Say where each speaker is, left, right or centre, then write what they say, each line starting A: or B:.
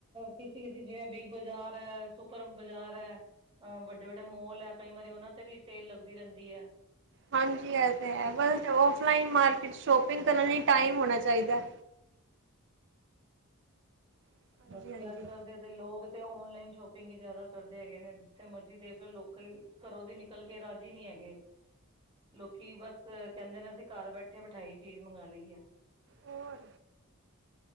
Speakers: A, on the right (about 25°); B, on the right (about 55°).
A: ਕਿਸੀ ਜਿਵੇਂ ਬਿਗ ਬਾਜ਼ਾਰ ਐ, ਸੁਪਰ ਬਾਜ਼ਾਰ ਐ ਅ ਵੱਡੇ-ਵੱਡੇ ਮੋਲ ਐ ਕਈ ਵਾਰੀ ਉਨਾਂ 'ਤੇ ਵੀ ਸੇਲ ਲੱਗਦੀ ਰੈਂਦੀ ਏ।
B: ਹਾਂਜੀ ਐ 'ਤੇ ਹੈ ਬਸ ਔਫਲਾਈਨ ਮਾਰਕੀਟ ਸ਼ੋਪਿੰਗ ਕਰਨ ਲਈ ਟਾਈਮ ਹੋਣਾ ਚਾਈਦੈ। ਹਾਂਜੀ
A: ਬਾਕੀ
B: ਹਾਂਜੀ
A: ਅੱਜ-ਕੱਲ ਦੇ ਲੋਕ 'ਤੇ ਔਨਲਾਈਨ ਸ਼ੋਪਿੰਗ ਈ ਜਿਆਦਾ ਕਰਦੇ ਹੈਗੇ ਨੇ ਜਿੱਥੇ ਮਰਜ਼ੀ ਦੇਖ ਲੋ ਲੋਕੀ ਘਰੋਂ ਦੀ ਨਿਕਲ ਕੇ ਰਾਜੀ ਨੀ ਐਗੇ। ਲੋਕੀ ਬਸ ਕੈਂਦੇ ਨੇ ਅਸੀਂ ਘਰ ਬੈਠੇ ਬਿਠਾਈ ਚੀਜ਼ ਮੰਗਾ ਲਈ ਐ।
B: ਹੋਰ।